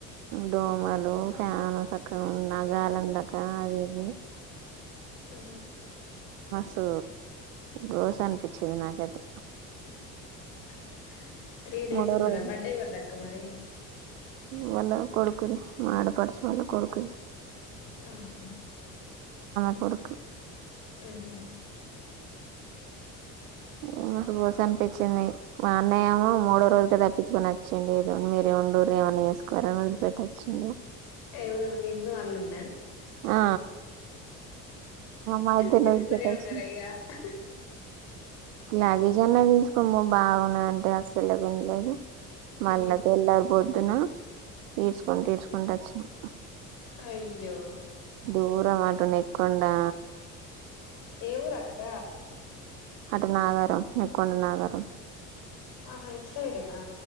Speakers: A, on the right (about 85°); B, on the left (about 70°).
A: దోమలు ఫ్యాన్ సక్క ఉన్న గాలందాక ఆ అదే అది
B: ఆ
A: సో రోస్ అనిపించిది నాకైతే
B: <inaudible> త్రీ డేస్
A: మూడో
B: ఉన్నార
A: రోజు
B: బర్డే వర్దాక్క మరి
A: వాల్ల కొడుకుది మా ఆడపడుచు వాల్ల కొడుకుది
B: ఆహ
A: అవున
B: ఆహ
A: ఏ మాకు బోస అనిపించింది మా అన్నయ ఏమో మూడో రోజుక తప్పించుకొని వచ్చండి ఏదో మీరే ఉండూరు ఏమన్నా చేసుకోవారని వదిలిపెట్టచ్చండి
B: ఎవ నిన్న అల్గున్న
A: ఆ మా ఇద్దరిని
B: మీరిద్దరే
A: వదిలిపెట్టి వచ్చిండు
B: ఉన్న అక
A: లాగేజ్ అన్నా తీసుకోమ్ము బాగున్నా అంటే అస్సలే పన్లేదు మళ్ల్ళది
B: మ్మ్
A: ఎ పొద్దున ఈడ్చుకుంటూ ఈడ్చుకుంటూ వచ్చినం
B: అయ్యో
A: దూరం అటు న ఎక్కుండా
B: ఏవూ రాకత
A: అటు నాగారం నెక్కొండ నాగారం
B: ఆహా ఇట్ స ఇడేనా